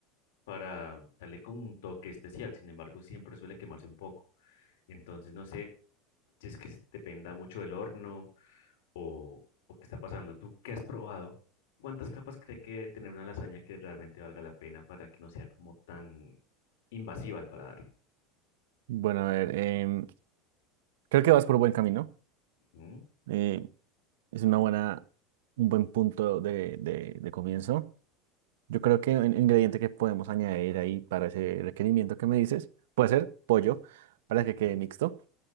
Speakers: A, on the left; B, on the right.
A: para darle como un toque especial. Sin embargo, siempre suele quemarse un poco. Entonces, no sé. si es que dependa mucho del horno o, o qué está pasando. ¿Tú qué has probado? ¿Cuántas capas cree que debe tener una lasaña que realmente valga la pena para que no sea como tan invasiva al paladar?
B: bueno, a ver, em, creo que vas por buen camino.
A: ¿Mm?
B: Eh, es una buena, un buen punto de, de- de comienzo. Yo creo que un ingrediente que podemos añadir ahí para ese requerimiento que me dices puede ser pollo para
A: Ujú,
B: que quede mixto.